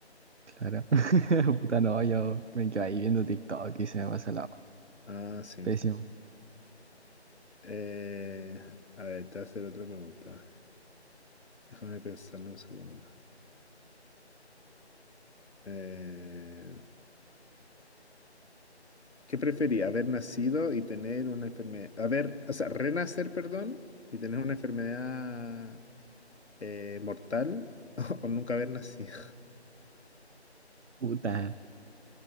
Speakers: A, on the right; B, on the left.
A: claro. <laughs> Puta, no, yo me quedo ahí viendo TikTok y se me pasa la...
B: Ah, sí.
A: Pésimo.
B: Eh, a ver, te voy a hacer otra pregunta. Déjame pensarlo un segundo. Eh, ¿Qué prefería? ¿Haber nacido y tener una enfermedad? Haber, o sea, renacer, perdón, y tener una enfermedad eh, mortal <laughs> o, nunca haber nacido.
A: Puta.